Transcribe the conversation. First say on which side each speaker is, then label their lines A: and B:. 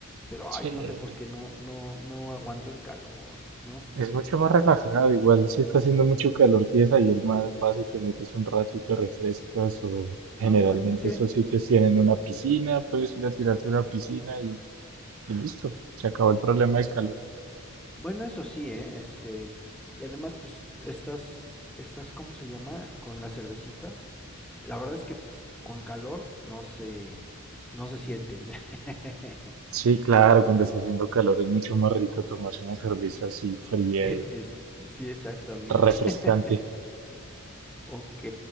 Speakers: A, in the centre; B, on the right.
A: Pero,
B: Sí.
A: ay, no sé por qué no, no, no aguanto el calor, no sé,
B: Es mucho más
A: algo.
B: relajado, igual si está haciendo mucho calor, tienes ahí el mar, vas y te metes un rato y te refrescas, o generalmente
A: Ah, bueno, sí.
B: esos sitios tienen una piscina, puedes ir a tirarte a una piscina y, y listo, se acabó el problema
A: Eh,
B: del calor.
A: Bueno, eso sí, ¿eh? Este, y además, pues, estas, estas, ¿cómo se llama? Con las cervecitas, la verdad es que con calor no se, no se sienten. <laughs>
B: Sí, claro, cuando está haciendo calor es mucho más rico tomarse una cerveza así fría
A: Es,
B: y
A: sí, exacto, amigo.
B: refrescante.
A: <laughs> Ok,